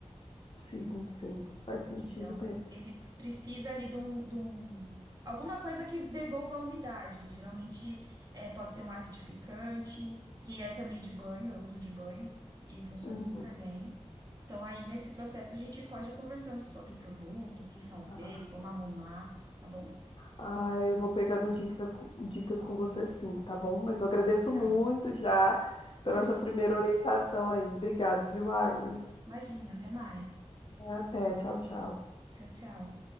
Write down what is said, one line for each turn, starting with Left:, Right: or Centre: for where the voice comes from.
Left: sim, sim, faz sentido
Right: Então,
Left: mesmo.
Right: ele precisa ali de um, de um- alguma coisa que devolva a umidade. Geralmente, é, pode ser um acidificante, que é também de banho, eu uso de banho e funciona
Left: Uhum,
Right: super bem. Então, aí nesse processo a gente pode ir conversando sobre o produto, o que fazer,
Left: ah.
Right: como arrumar, tá bom?
Left: Ah, eu vou pegando dica, co- dicas com você sim, tá bom? Mas eu agradeço
Right: Nada.
Left: muito já pela
Right: Imagina,
Left: essa primeira orientação aí. Obrigado, viu, Agnes?
Right: imagina. Até mais.
Left: Até, tchau, tchau.
Right: Tchau, tchau.